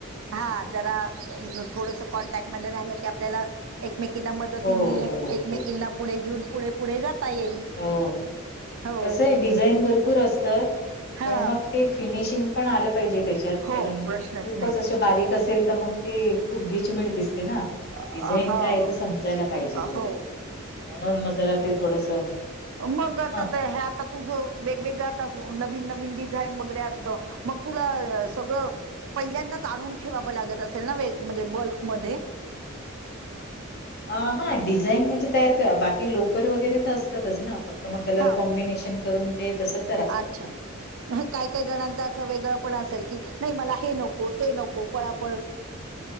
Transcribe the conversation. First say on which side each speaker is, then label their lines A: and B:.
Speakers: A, on the right; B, on the left.
A: हा जरा थोडस कॉन्टॅक्टमध्येध्ये राहिलं की आपल्याला एकमेकीना मदतीने
B: हो हो
A: एकमेकींना
B: हो
A: पुढे घेऊन पुढे पुढे जाता येईल
B: हो
A: हो
B: कसं आहे डिझाईन भरपूर असतात
A: हा
B: पण मग ते फिनिशिंग पण आलं पाहिजे त्याच्यात
A: हो
B: कारण मग
A: प्रश्नच
B: खूपच
A: नाही
B: असे बारीक असेल तर मग ते खूप गिचमीिट दिसते ना
A: हो
B: डिझाईन काय ते समजायला पाहिजे तेवढं
A: हो
B: म्हणून मग जरा ते थोडस
A: मग आता
B: हा.
A: ह आता तुझं वेगवेगळ आता नवीन नवीन डिझाईन वगैरे अस मग तुला सगळं पहिल्यांदाच आणून ठेवावं लागत असेल ना वेग म्हणजे बल्कमध्येध्ये
B: हा डिझाईन म्हणजे तयार करा बाकी लोकर वगैरे तर असतातच ना तर मग कलर
A: हां
B: कॉम्बिनेशन करून ते तसंच
A: अच्छा म काय काही जणांचा वेगळं पण असेल की नाही मला हे नको ते नको पळापळ